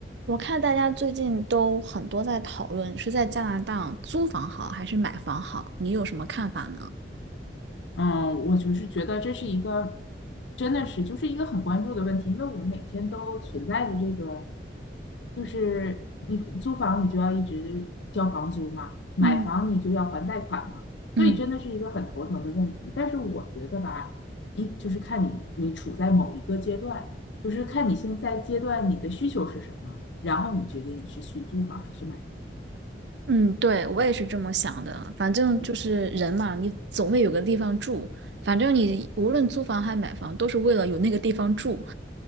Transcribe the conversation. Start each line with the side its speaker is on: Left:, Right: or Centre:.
Right: 我看大家最近都很多在讨论是在加拿大租房好还是买房好，你有什么看法呢？
Left: 嗯，我就是觉得这是一个，真的是就是一个很关注的问题，因为我们每天都存在着这个，就是你租房你就要一直交房租嘛，买房你就要还贷款嘛，
Right: 嗯嗯
Left: 所以真的是一个很头疼的问题。但是我觉得吧，一就是看你你处在某一个阶段，就是看你现在阶段你的需求是什么，然后你决定你是去租房还是买房。
Right: 嗯，对，我也是这么想的。反正就是人嘛，
Left: 嗯，
Right: 你总得有个地方住。反正你无论租房还买房，都是为了有那个地方住。